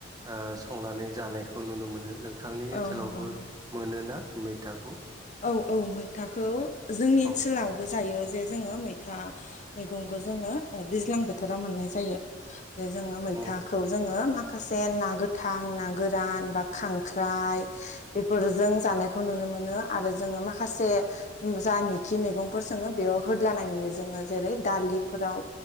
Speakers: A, on the right; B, on the left.
A: ओ संनानै जानायखौ नुनो मोनो नोंथांनि
B: औ
A: ओनसोलावबो
B: नंगौ नंगौ
A: मोनोना? मैथाखौ
B: औ औ मैथाखौ जोंनि
A: औ
B: ओनसोलाव बो जायो जे जोङो मैथा मैगंखौ जोङो ओ दैज्लां बोथोराव मोननाय जायो। बे जोङो मैथाख
A: औ
B: खौ जोङो माखासे ना गोथां, ना गोरान, बा खांख्राइ बेफोरजों जानायखौ नुनो मोनो आरो जोङो माखासे उम जा मेखि मेगंफोर सङो बेयाव होदलानाय नुयो जोङो जेरै दालिफोराव।